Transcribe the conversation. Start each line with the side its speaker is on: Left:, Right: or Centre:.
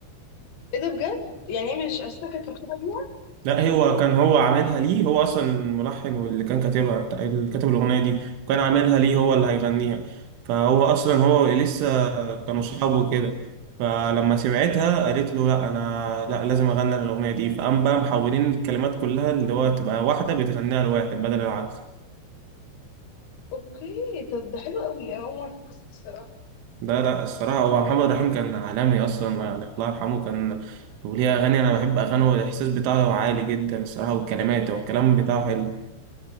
Left: ايه ده بجد يعني هي مش أصلا كانت مكتوبة ليها
Right: لا هو كان هو عاملها ليه هو اصلا الملحن واللي كان كاتبها بتاع- اللي كاتب الاغنيه دي وكان عاملها ليه هو اللي هيغنيها فهو اصلا هو لسه كانوا اصحاب وكده فلما سمعتها قالت له لا انا لا لازم اغني الاغنيه دي فقام بقى محولين الكلمات كلها اللي هو تبقى واحده بتغنيها لواحد بدل العكس
Left: اوكي طب ده حلو قوي انا اول مرة في القصة دي الصراحة
Right: ده لا الصراحه هو محمد رحيم كان عالمي اصلا يعني الله يرحمه كان وليه اغاني انا بحب اغانيه والاحساس بتاعه عالي جدا الصراحه والكلمات والكلام بتاعه حلو